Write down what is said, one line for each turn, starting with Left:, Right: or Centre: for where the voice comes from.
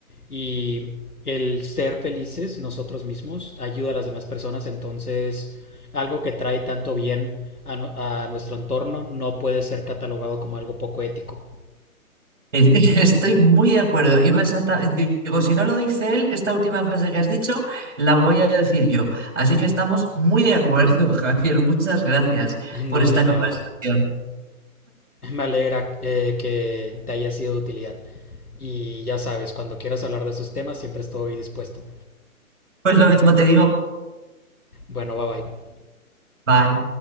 Left: y el ser felices nosotros mismos ayuda a las demás personas, entonces algo que trae tanto bien a, no- a nuestro entorno no puede ser catalogado como algo poco ético.
Right: Eh, <laughs> Estoy muy de acuerdo. Iba exacta- digo, si no lo dice él, esta última frase que has dicho, la voy a decir yo. Así que estamos muy de acuerdo, <laughs> Javier. Muchas gracias
Left: <laughs>
Right: por
Left: No,
Right: esta
Left: de
Right: conversación.
Left: nada. Me alegra eh, que te haya sido de utilidad. Y ya sabes, cuando quieras hablar de esos temas siempre estoy dispuesto.
Right: Pues lo mismo te digo.
Left: Bueno, bye bye.
Right: Bye.